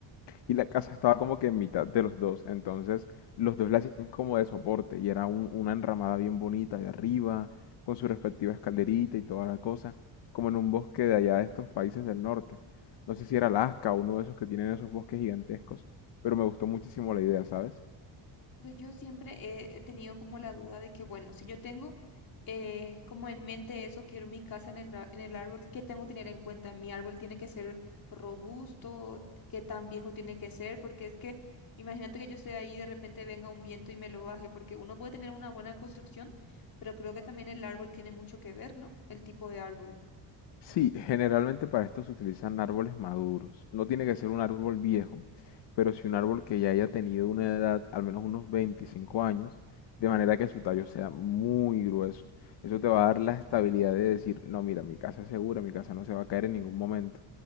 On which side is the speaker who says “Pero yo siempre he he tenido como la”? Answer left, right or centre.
Left